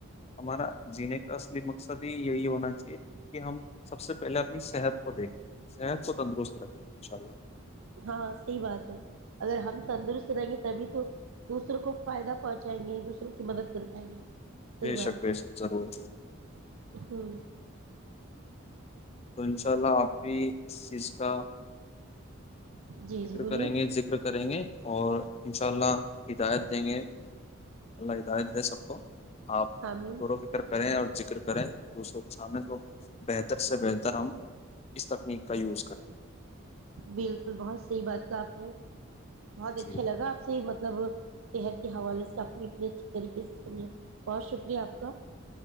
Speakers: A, on the left (about 30°); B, on the right (about 75°).
A: ہمارا جینے کا اصلی مقصد ہی یہی ہونا چاہیے کہ ہم سب سے پہلے اپنی صحت کو دیکھیں صحت کو تندرست رکھیں ان شاء اللہ
B: ہاں صحیح بات ہے اگر ہم تندرست رہیں گے تبھی تو دوسروں کو فائدہ پہنچائیں گے دوسروں کی مدد کر پائیں گے
A: بے
B: صحیح بات
A: شک بے
B: ہے
A: شک ضرور
B: ہ
A: تو انشاء اللہ آپ بھی اس چیز کا
B: جی
A: فکر
B: جی بولیے
A: کریں گے ذکر کریں گے اور ان شاء اللہ ہدایت دیں گے اللہ ہدایت دے سب کو آپ
B: آمین
A: گورو فکر کریں
B: جی
A: اور ذکر کریں دوسروں کے سامنے تو بہتر سے بہتر ہم اس تکنیک کا یوز کریں
B: بالکل بہت صحیح بات کہ آپ نے بہت
A: جی
B: اچھا لگا آپ سے مطلب صحت کے حوالے سے اپنی اتنی اچھھی طریقے سے سمجھا بہت شکریہ آپ کا